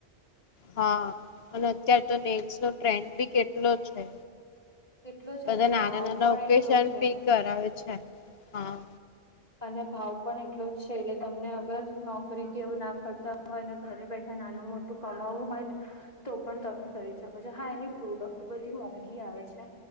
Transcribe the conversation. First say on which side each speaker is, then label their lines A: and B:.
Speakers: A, on the left; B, on the left.
A: હા અને અત્યાર તો નેલ્સ નો ટ્રેન્ડ બી કેટલો છે.
B: કેટલો છે
A: બધા
B: અને
A: નાના
B: ભાવ
A: નાના
B: પણ
A: ઓકેશન
B: એટલો છે
A: પી કરાવે છે હા.
B: અને ભાવ પણ એટલો જ છે એટલે તમને અગર નોકરી કેવું ના કરતા હોય અને ઘરે બેઠા નાનું મોટ ટુ કમાવુ હોય ને તો પણ તમે કરી શકો છો હા એની પ્રોડક્ટ બધી મોંઘી આવે છે.